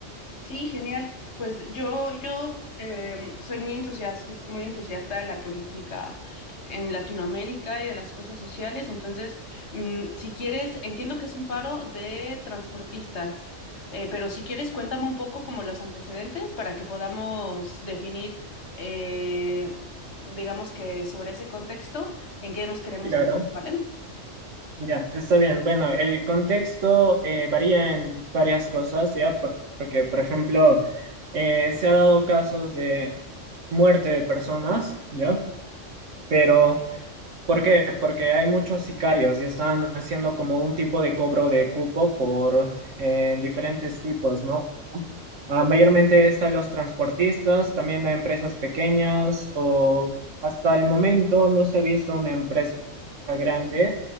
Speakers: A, on the left (about 60°); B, on the right (about 70°).
A: Sí, genial. Pues yo, yo em, soy muy entusiasta, muy entusiasta de la política en Latinoamérica y de las cosas sociales. Entonces, mm, si quieres, entiendo que es un paro de transportistas, eh, pero si quieres, cuéntame un poco como los antecedentes para que podamos definir, eh, digamos que sobre ese contexto, en qué nos queremos
B: Claro.
A: enfocar, ¿vale?
B: Ya, está bien. Bueno, el contexto eh, varía en varias cosas, ¿ya? Por- Porque, por ejemplo, eh, se ha dado casos de muerte de personas, ¿ya? Pero ¿Por qué? Porque hay muchos sicarios y están haciendo como un tipo de cobro de cupo por eh, diferentes tipos, ¿no? Ah, mayormente es a los transportistas, también a empresas pequeñas o hasta el momento no se ha visto una empresa grande,